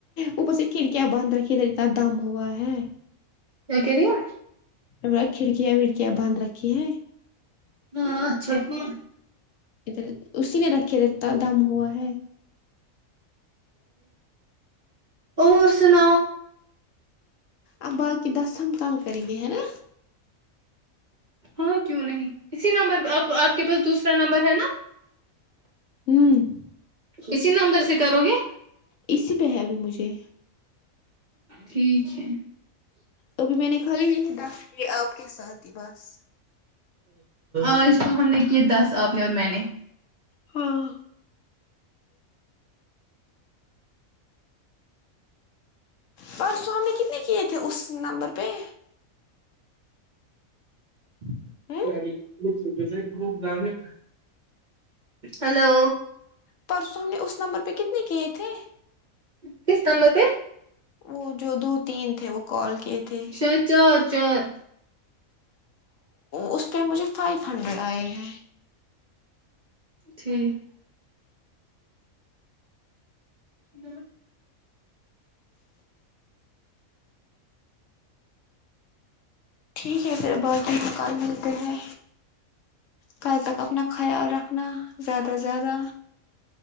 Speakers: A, on the left; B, on the right.
A: اوپر سے کھڑکیاں بانند رکھی ہے دیتا دم ہوا ہے
B: کیا کہہ رہی ہو
A: وے کھڑکیاں وڑکیاں باندھ رکھی ہیں
B: ہاں اچھا کیا
A: ادھر اسی نے رکھے ہے اتا دم ہوا ہے
B: اور سناو
A: اب باقی دس ہم کل کریں گے ہے نا
B: ہاں کیوں نہیں اسی نمبر پہ آپ آپ کے پاس دوسرا نمبر ہے نا
A: امم
B: اسی نمبر سے کرو گے
A: اسی پہ ہے وہ مجھے
B: ٹھیک ہے
A: ابھی میں نے کال یہ دس کے آپ کے ساتھ ہی بس
B: آج تو ہم نے کیے دس آپ نے اور میں نے
A: ہاں پرسوں ہم نے کتنے کیے تھے اس نمبر پہ
B: س س
A: ہ
B: ب ج ہے <unintelligible> ہلو
A: پرسوں ہم نے اس نمبر پہ کتنے کیے تھے
B: کس نمبر پہ
A: وہ جو دو تین تھے وہ کال کیے تھے
B: دس چار چار
A: اس پہ مجھے فائیو ہنڈریڈ آئے ہیں
B: ٹھیک ہ
A: ٹھیک ہے پھر باے دین ہم کل ملتے ہیں کل تک اپنا خیال رکھنا زیادہ زیادہ